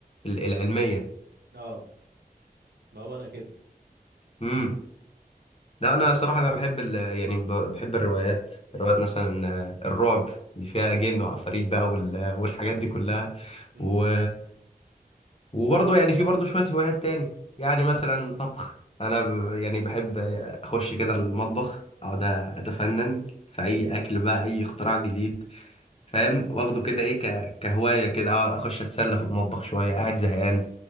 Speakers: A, on the left; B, on the right.
A: ال- العلميه
B: اه ما هو انا كده
A: إمم. لا انا صراحه انا بحب ال... يعني ب- بحب الروايات روايات مثلا آه، الرعب اللي فيها جن وعفاريت بقى وال... والحاجات دي كلها
B: امم
A: و... وبرضه يعني في برضه شويه هوايات تاني يعني مثلا طبخ انا ب... يعني بحب اخش كده المطبخ اقعد اتفنن في اي اكل بقى اي اختراع جديد فاهم واخده كده ايه ك... كهوايه كده اقعد اخش اتسلى في المطبخ شويه قاعد زهقان